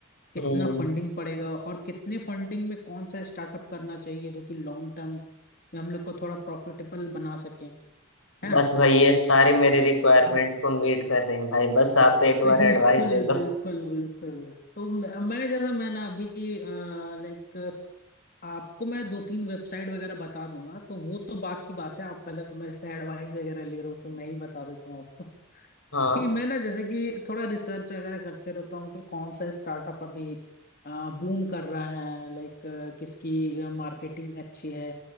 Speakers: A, on the left; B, on the left.
A: कितना
B: हम्म
A: फंडिंग पड़ेगा और कितने फंडिंग में कौन सा स्टार्टअप करना चाहिए जो कि लॉन्ग टर्म में हम लोग को थोड़ा प्रॉफिटेबल बना सके है
B: बस
A: ना
B: भाई ये सारी मेरी रिक्वायरमेंट को मीट कर रही हूँ भाई बस आप एक बार
A: बिल्कुल
B: एडवाइस दे दो
A: बिल्कुल बिल्कुल तो मैं मैं जैसा मैं ना अभी लाइक आपको मैं दो तीन वेबसाइट वगैरह बता दूंगा तो वो तो बात की बात है आप पहले तो मेरे से एडवाइस वगैरह ले रहे हो तो मैं ही बता देता हूँ आपको
B: हाँ
A: कि मैं ना जैसे कि थोड़ा रिसर्च वगैरह करते रहता हूँ कि कौन सा स्टार्टअप अभी बूम कर रहा है लाइक किसकी मार्केटिंग अच्छी है